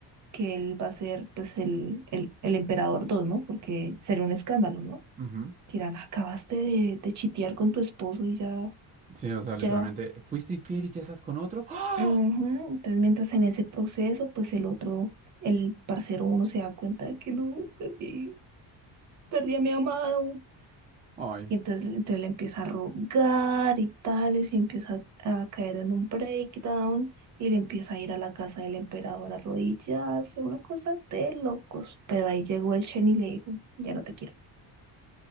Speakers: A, on the right; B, on the right.
A: que él va a ser pues el, el, el emperador dos ¿no? Porque sería un escándalo, ¿no?
B: Ujú.
A: Dirán, acabaste de, de chitear con tu esposo y ya,
B: Sí, o sea, literalmente,
A: ya.
B: ¿fuiste infiel y ya estás con otro? ¡Ah!
A: Ujú. Entonces, mientras en ese proceso, pues el otro, el parcero uno se da cuenta de que no, perdí, perdí a mi amado,
B: Ay,
A: Y entonces, entonces le empieza a rogar y tales, y empieza a, a caer en un breakdown, y le empieza a ir a la casa del emperador a arrodillarse, una cosa de locos. Pero ahí llegó el Shen y le dijo, ya no te quiero,